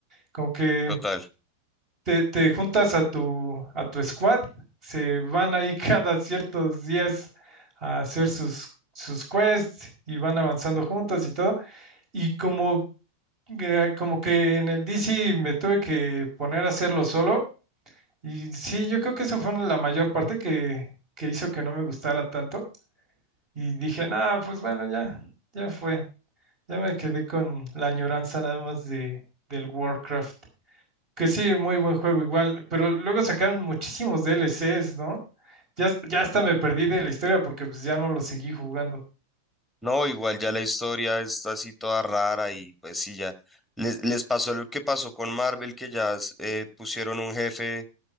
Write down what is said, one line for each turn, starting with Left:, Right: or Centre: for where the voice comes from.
Right: Como que
Centre: total.
Right: te, te juntas a tu, a tu squad, se van ahí <laughs> cada ciertos días a hacer sus, sus quests y van avanzando juntos y todo. Y como, que- como que en el DC me tuve que poner a hacerlo solo. Y sí, yo creo que eso fue la mayor parte que, que hizo que no me gustara tanto. Y dije, nada, pues bueno, ya, ya fue. Ya me quedé con la añoranza nada más de, del Warcraft. Que sí, muy buen juego igual, pero luego sacaron muchísimos DLCs, ¿no? Ya, ya hasta me perdí de la historia porque pues ya no lo seguí jugando.
Centre: No, igual ya la historia está así toda rara y pues sí, ya les, les pasó lo que pasó con Marvel, que ya s- eh, pusieron un jefe